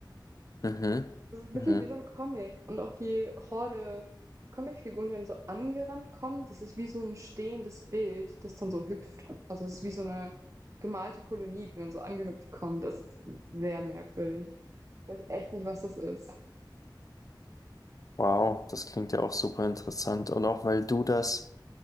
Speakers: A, on the left (about 45°); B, on the right (about 40°).
A: Mhm.
B: Das ist
A: Mhm.
B: wirklich wie so ein Comic. Und auch die Horde Comicfiguren, die dann so angerannt kommen, das ist wie so ein stehendes Bild, das dann so hüpft. Also es ist wie so eine gemalte Kolonie, die dann so angehüpft kommt. Das ist sehr merkwürdig. Ich weiß echt nicht, was das ist.
A: Wow, das klingt ja auch super interessant. Und auch weil du das